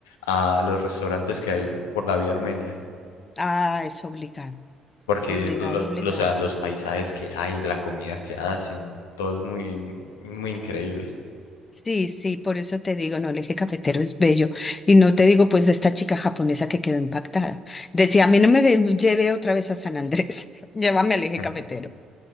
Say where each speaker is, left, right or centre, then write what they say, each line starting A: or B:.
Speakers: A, on the left; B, on the left.
A: a los restaurantes que hay por la vía Armenia.
B: Ah, es obligado,
A: Porque
B: obligado,
A: los,
B: obligado.
A: o sea, los paisajes que hay, la comida que hacen, todo es muy, muy increíble.
B: Sí, sí, por eso te digo, no, el eje cafetero es bello. Y no te digo, pues, de esta chica japonesa que quedó impactada. Decía, a mí no me de- lleve otra vez a San Andrés, <laughs> llévame al eje
A: <laughs>
B: cafetero.